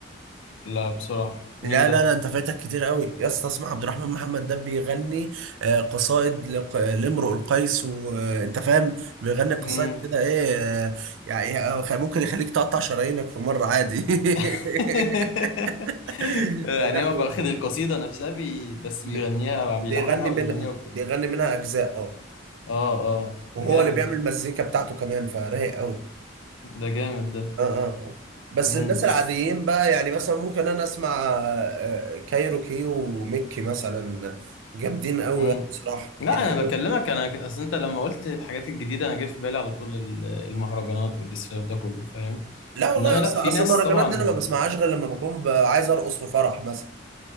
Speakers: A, on the left; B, on the right.
A: لا بصراحة
B: لا
A: مين ده؟
B: لا لا انت فايتك كتير قوي يا اسطى اسمع عبد الرحمن محمد ده بيغني آه، قصائد لق- لامرؤ القيس وانت فاهم بيغني قصائد
A: مم.
B: كده ايه آه، يعني آه، خ- ممكن يخليك تقطع شرايينك في مرة عادي <laughs>
A: <laughs>
B: لا،
A: يعني هو واخد القصيدة نفسها بي... بس
B: ب-
A: بيغنيها
B: بيغني
A: بيلحنها وبيغنيها
B: منها
A: وكده
B: بيغني منها اجزاء اه
A: اه اه
B: وهو
A: ده جامد
B: اللي بيعمل
A: ده
B: مزيكا بتاعته كمان فرايق قوي
A: ده جامد ده
B: اه اه بس
A: مم.
B: الناس
A: بس
B: العاديين بقى يعني مثلا ممكن انا اسمع آه، كايروكي وميكي مثلا جامدين قوي
A: مم.
B: يعني بصراحه
A: لا
B: يعني دول-
A: انا بكلمك انا اصل انت لما قلت الحاجات الجديده انا جه في بالي على طول ال- المهرجانات والاسفاف ده كله فاهم
B: لا والله
A: انما
B: يا
A: لا
B: اسطى
A: في
B: اصل
A: ناس
B: المهرجانات
A: طبعا
B: دي انا ما بسمعهاش غير لما بكون ب- عايز ارقص في فرح مثلا